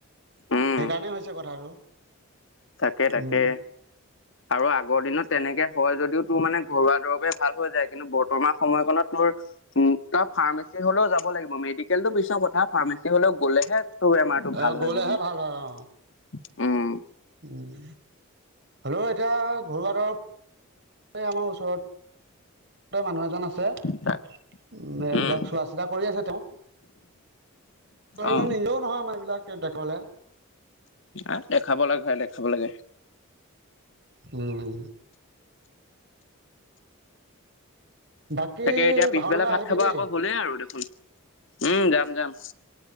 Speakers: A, on the left; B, on the right.
A: উম
B: সেইকাৰণে হৈছে কথাটো।
A: তাকে তাকে।
B: উম
A: আৰু আগৰ দিনত তেনেকে হয় যদিও তোৰ মানে ঘৰুৱা দৰৱেই ভাল হৈ যায় কিন্তু বৰ্তমান সময়কণত তোৰ। উম তই ফাৰ্মাচী হ'লেও যাব লাগিব মেডিকেলত টো পিছৰ কথা ফাৰ্মাচী হ'লেও গলেহে। তোৰ বেমাৰটো
B: অ
A: ভাল
B: গলেহে
A: হয়গে মানে
B: ভাল হয় অ
A: উম।
B: উম হলোঁ এতিয়া ঘৰুৱা দৰৱ। এ আমাৰ ওচৰত। তে মানুহ এজন আছে উম
A: তাক
B: এইবিলাক
A: উম
B: চোৱা চিতা কৰি আছে তেওঁ।
A: অ'
B: নিজেও নহয় আমাৰ এইবিলাক দেখিবলৈ
A: অ' দেখাব লাগে ভাই দেখাব লাগে।
B: উম বাকী
A: তাকে এতিয়া পিছবেলা
B: ভাওনালৈ
A: ভাত
B: আহিবি
A: খাব
B: দেই
A: আকৌ হ'লেই আৰু দেখোন উম যাম-যাম।